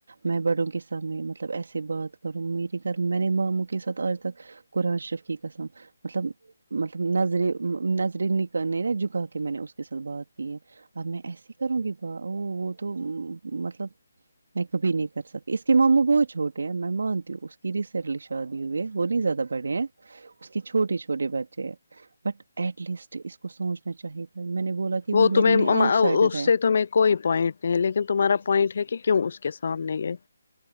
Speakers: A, on the right; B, on the left.
A: میں بڑوں کے سامنے مطلب ایسے بات کروں گی میں نے ماموں کے ساتھ آج تک قرآن شریف کی قسم مطلب مطلب نظریں نظریں نکالنے نا جھکا کے میں نے اس کے ساتھ بات کی ہے اب میں ایسی کروں گی بات وہ وہ تو مطلب میں کبھی نہیں کر سکتی اس کے ماموں بہت چوٹے ہیں میں مانتی ہوں اس کو رسنٹلی شادی ہوئی ہے وہ نہیں زیادہ بڑے ہیں اس کے چھوٹے چھوٹے بچے ہیں بٹ ایٹ لیسٹ اس کو سوچنا چاہیے تھا میں نے بولا کہ
B: وہ تمھیں
A: میرے
B: م
A: لیے آؤٹ سائڈر
B: اس
A: ہے
B: سے تمیں کوئی پوائنٹ نہیں ہے لیکن تمہارا پوائنٹ ہے کہ کیوں اس کے سامنے یہ